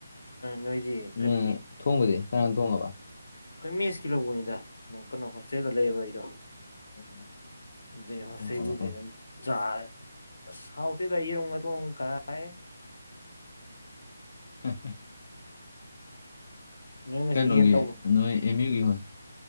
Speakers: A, on the left (about 75°); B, on the left (about 45°).
A: ꯅꯣꯏꯗꯤ
B: ꯅꯪ
A: ꯀꯔꯤ꯫
B: ꯊꯣꯡꯕꯗꯤ ꯀꯔꯅ ꯊꯣꯡꯉꯕ
A: ꯑꯩꯈꯣꯏ ꯃꯦꯁꯀꯤ ꯂꯧꯕꯅꯤꯗ ꯑꯃꯨꯛ ꯀꯩꯅꯣ ꯍꯣꯁꯇꯦꯜꯗ ꯂꯩꯌꯦꯕ ꯑꯩꯗꯣ
B: ꯑꯣ
A: ꯗꯩ ꯍꯣꯁꯇꯦꯜꯒꯤ
B: ꯑꯣ ꯑꯣ
A: ꯆꯥꯔꯦ ꯑꯁ ꯍꯥꯎꯇꯦꯗ ꯌꯦꯔꯨꯝꯒ ꯊꯣꯡ ꯀꯥꯏꯗꯩ꯫
B: <unintelligible>
A: ꯅꯣꯏ ꯉꯁꯤ
B: ꯀꯩꯅꯣꯒꯤ
A: ꯌꯦꯟ ꯇꯧꯕ
B: ꯅꯣꯏ ꯑꯦꯝ ꯌꯨꯒꯤ ꯍ